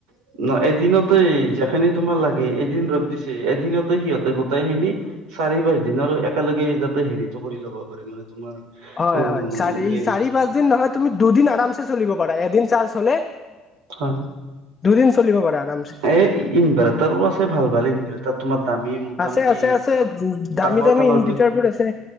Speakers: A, on the right (about 90°); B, on the left (about 20°).
A: ন এদিনতে যেখিনি তোমাৰ লাগে এদিন ৰ'দ দিছে এদিনতে সিহঁতে গোটাই খিনি চাৰি পাঁচ দিনৰ আৰু একেলগে যাতে হেৰিটো কৰি ল'ব পাৰি মানে তোমাৰ
B: হয়
A: অ
B: হয় চাৰি
A: হেৰি
B: চাৰি পাঁচ দিন নহয় তুমি দুদিন আৰামছে চলিব পাৰা এদিন চাৰ্জ হলে
A: হয়
B: দুদিন চলিব পাৰা আৰামছে
A: এ ইন ইনভাৰেটাৰো আছে ভাল ভাল ইনভা তাত তোমাৰ দামী মোটামুটি
B: আছে আছে আছে দামী
A: ডাঙৰ
B: দামী
A: ডাঙৰ
B: ইনভাৰ্টাৰ
A: পে
B: বোৰ আছে